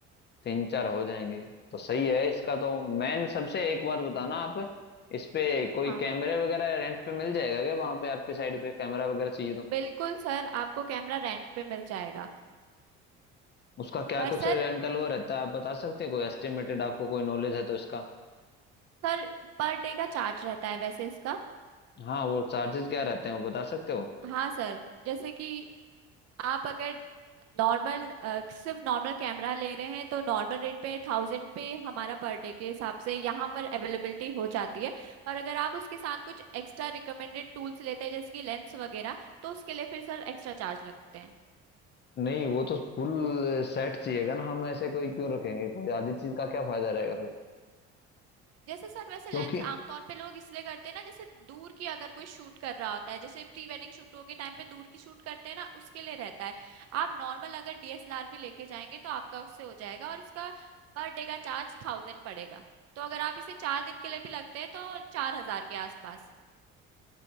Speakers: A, on the left (about 35°); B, on the right (about 55°).
A: तीन चार हो जाएंगे तो सही है इसका तो मैन सबसे एक बात बताना आप इस पे कोई
B: हाँ
A: कैमरे वगैरह रेंट पे मिल जाएगा क्या वहां पे आपके साइड पे कैमरा वगैरह चाहिए तो
B: बिल्कुल सर आपको कैमरा रेंट पे मिल जाएगा
A: उसका क्या
B: पर
A: कुछ
B: सर
A: रेंटल वो रहता है आप बता सकते हैं कोई एस्टिमेटेड आपको कोई नॉलेज है तो इसका
B: सर पर डे का चार्ज रहता है वैसे इसका
A: हाँ वो चार्जेस क्या रहते हैं वो बता सकते हो
B: हाँ सर जैसे कि आप अगर नॉर्मल सिर्फ नॉर्मल कैमरा ले रहे हैं तो नॉर्मल रेट पे थाउजेंड पे हमारा पर डे के हिसाब से यहाँ पर अवेलेबिलिटी हो जाती है और अगर आप उसके साथ कुछ एक्स्ट्रा रिकमेंडेड टूल्स लेते हैं जैसे कि लेंस वगैरह तो उसके लिए फिर सर एक्स्ट्रा चार्ज लगते हैं
A: नहीं वो तो फुल सेट चाहिएगा ना हम ऐसे कोई क्यों रखेंगे कोई आधी चीज का क्या फायदा रहेगा फिर
B: जैसे सर वैसे
A: क्योंकि
B: लेंस आमतौर पे लोग इसलिए करते हैं ना जैसे दूर की अगर कोई शूट कर रहा होता है जैसे प्री वेडिंग शूटों के टाइम पे दूर की शूट करते हैं ना उसके लिए रहता है आप नॉर्मल अगर डीएसएलआर भी लेके जाएंगे तो आपका उससे हो जाएगा और इसका पर डे का चार्ज थाउजेंड पड़ेगा तो अगर आप इसे चार दिन के लिए भी लगते हैं तो चार हजार के आसपास